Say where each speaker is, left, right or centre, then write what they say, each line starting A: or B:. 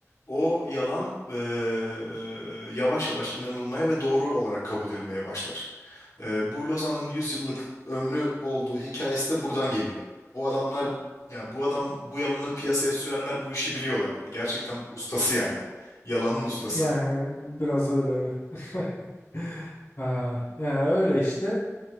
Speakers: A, on the left; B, on the left.
A: o yalan e, e, yavaş yavaş inanılmaya ve doğru olarak kabul edilmeye başlar. E, bu Lozan'ın 100 yıllık ömrü olduğu hikayesi de buradan geliyor. Bu adamlar ya bu adam bu yalanı piyasaya sürenler bu işi biliyorlar yani. Gerçekten ustası yani. Yalanın ustası.
B: Yani biraz öyle. <laughs> Ya yani öyle işte.